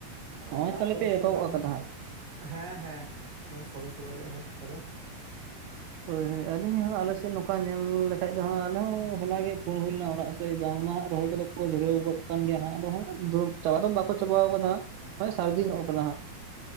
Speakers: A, on the right; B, on the right.
A: ᱦᱚᱸᱜᱼᱚᱭ
B: <inaudible> ᱫᱟᱜ
A: ᱛᱟᱦᱚᱞᱮ
B: ᱫᱚ ᱚᱱᱠᱟ
A: ᱯᱮ ᱮᱛᱚᱦᱚᱵ
B: ᱫᱚ ᱵᱟᱝ
A: ᱟᱠᱟᱫᱟ
B: ᱦᱩᱭᱩᱜ
A: ᱦᱟᱸᱜ
B: ᱦᱮᱸ ᱦᱮᱸ ᱦᱮᱸ, ᱱᱚᱜ-ᱚᱭ ᱥᱚᱵᱮ ᱥᱚᱵᱮ ᱞᱮ ᱮᱦᱚᱵ ᱟᱠᱟᱫᱟ᱾
A: ᱦᱳᱭ ᱦᱳᱭ, ᱟᱹᱞᱤᱧ ᱦᱚᱸ ᱟᱞᱮᱥᱮᱫ ᱱᱚᱝᱠᱟ ᱧᱮᱞ ᱞᱮᱠᱷᱟᱡ ᱫᱚ ᱦᱟᱸᱜ ᱟᱞᱮ ᱦᱚᱸ ᱦᱚᱞᱟ ᱜᱮ ᱯᱷᱳᱱ ᱦᱩᱭ ᱞᱮᱱᱟ ᱚᱲᱟᱜ ᱥᱮᱫ ᱵᱟᱝᱢᱟ ᱨᱚᱦᱚᱭ ᱠᱚᱫᱚ ᱠᱚ ᱫᱷᱩᱨᱟᱹᱣ ᱜᱚᱫ ᱠᱟᱱ ᱜᱮᱭᱟ ᱦᱟᱸᱜ, ᱟᱫᱚ ᱪᱟᱵᱟ ᱫᱚ ᱵᱟᱠᱚ ᱪᱟᱵᱟᱣ ᱠᱟᱫᱟ ᱦᱚᱸᱜ-ᱚᱭ ᱥᱟᱹᱨᱫᱤ ᱧᱚᱜ ᱟᱠᱟᱱᱟ ᱦᱟᱸᱜ᱾